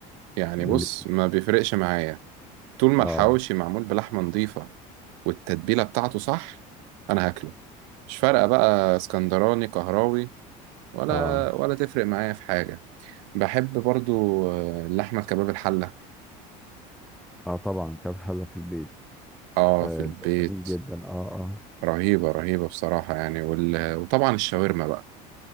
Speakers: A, on the right; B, in the centre.
A: يعني
B: اللي
A: بص ما بيفرقش معايا طول ما
B: اه
A: الحواوشي معمول بلحمة نظيفة والتتبيلة بتاعته صح أنا هاكله مش فارقة بقى اسكندراني قهراوي ولا
B: اه
A: ولا تفرق معايا في حاجة بحب برضو آه، اللحمة الكباب الحلة
B: اه طبعا كام حلة في البيت
A: اه
B: آه
A: في البيت
B: بيبقى جميل جدا اه اه
A: رهيبة رهيبة بصراحة يعني وال... وطبعا الشاورما بقى